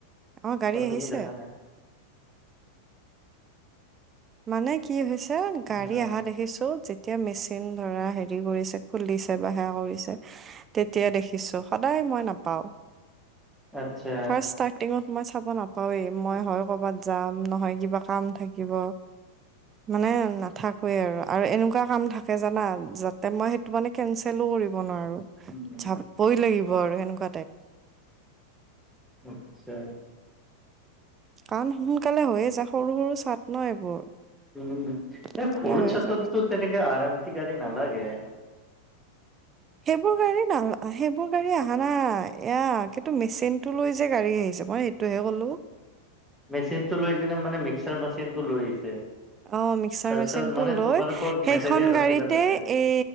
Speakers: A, on the right; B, in the centre.
A: আমাৰ গাড়ী
B: অ
A: আহিছে।
B: তুমি দেখা নাই
A: মানে কি হৈছে গাড়ী
B: অ
A: অহা দেখিছো তেতিয়া মেচিন ধৰা হেৰি কৰিছে খুলিছে বা সেয়া কৰিছে তেতিয়া দেখিছো সদায় মই নাপাওঁ
B: আচ্ছা
A: ফাৰ্ষ্ট টিঙত মই চাব নাপাওৱেই মই হয় কৰবাত যাম নহয় কিবা কাম থাকিব। মানে নাথাকোৱে আৰু আৰু এনেকুৱা কাম থাকে জানা যাতে মই সেইটো মানে। কেনচেলো কৰিব নোৱাৰো
B: উম।
A: যাবই লাগিব আৰু সেনেকুৱা টাইপ।
B: আচ্ছা
A: কাৰণ সোনকালে হৈয়ে যায় সৰু সৰু চাড ন এইবোৰ
B: উম এই
A: সোনকালে
B: সৰু
A: হৈয়ে
B: চাডতটো
A: যায়
B: তেনেকে আৰাম চি গাড়ী নালাগে
A: সেইবোৰ গাড়ী না আহে ক গাড়ী আহা নাই এয়া কিন্তু মেচিনটো লৈ যে গাড়ী আহিছে মই সেইটোহে ক'লো
B: মেচিনটো লৈ কিনে মানে মিক্সাৰ মেচিনটো লৈ আহিছে
A: অ মিক্সাৰ
B: তাৰপিছত
A: মেচিনটো
B: মানে
A: লৈ
B: তোমালোকৰ
A: সেইখন
B: মেটেৰিয়েল
A: গাড়ীতে
B: আছিলে তাতে
A: এই